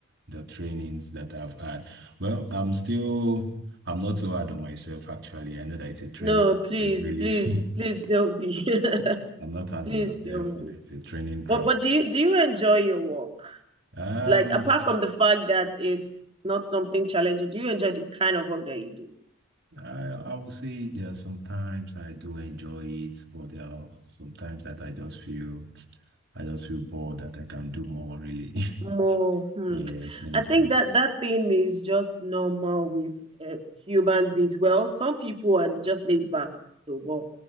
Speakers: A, on the right; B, on the right.
A: the trainings that I've had. Well, I'm still I'm not so hard on myself actually. I know that it's a training
B: No, please,
A: ground, really.
B: please,
A: <laughs>
B: please don't be. <laughs>
A: I'm not hard
B: Please
A: on myself.
B: don't
A: And
B: be.
A: it's a training ground.
B: But but do you do you enjoy your work?
A: Um,
B: Like apart from the fact that it's not something challenging, do you enjoy the kind of work that you do?
A: I I would say there are some times I do enjoy it, but there are some times that I just feel <tsk> I just feel bored that I can do more really. <laughs>
B: More, hmm.
A: Yes, you understand?
B: I think that that thing is just normal with uh, human beings. Well, some people are just laid back though, but